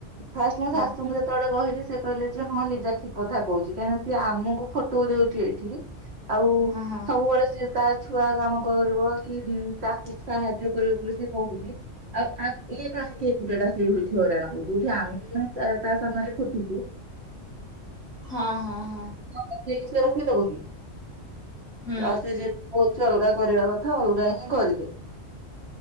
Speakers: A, on the right (about 60°); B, in the centre.
A: ଫାଷ୍ଟ ମୋ
B: ହଁ
A: ଶାଶୁଙ୍କୁ ଯେତେବେଳେ ଯେତେବେଳେ କହିଲି ସେ କହିଲେ ଯେ ହଁ ଲିଜା ଠିକ କଥା କହୁଛି କାହିଁକିନା ସି ଆମକୁ ଖଟଉଛି ଏଇଠି ଆଉ
B: ହଁ ହଁ
A: ସବୁବେଳେ ସିଏ ତା ଛୁଆ କାମ କରିବ କି ତାକୁ ସାହାଯ୍ୟ କରିବ ବୋଲି ସେ ହଉଛି ଆଉ ଆଉ ଇଏ କାହିଁକି ଏକୁଟିଆ ଟା ସେଇ ହଉଠି ହଇରାଣ ହଉ ଯୋଉଠି ଆମେ ତା ତା ସାମ୍ନାରେ ଖଟୁଛୁ।
B: ହଁ ହଁ ହଁ।
A: ମତେ ବି ସିଏ ରଖେଇ ଦବ କି?
B: ହୁଁ।
A: ଆଉ ସେ ଯେ କହୁଛି ଅଲଗା କରିବା କଥା ଅଲଗା ହିଁ କରିଦେ।